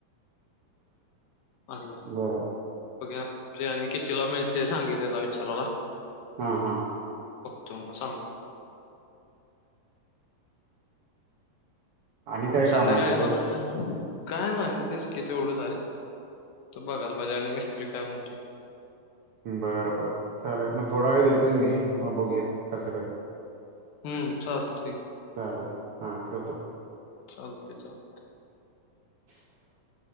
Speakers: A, on the right; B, on the left.
A: <unintelligible>
B: अस
A: बरं
B: बघ फियाणी कितीला मिळते सांगितित त्याला विचाराला
A: हा हा
B: तुम्हाला सांग
A: आणि काय
B: संध्याला
A: काम आहे
B: येणारग
A: त्याचं
B: काय नाही तेच किती एवढंच हाय आता बघायला पाहिजे आणि मिस्त्री काय म्हणतोय.
A: बरं बर चालेल. मग थोडा वेळ देतोय मी मग बघूया कसं कस.
B: हम्म चालतंय
A: चालेल. हा ठेवतो.
B: चालतेयं, चालतयं.
A: <unintelligible>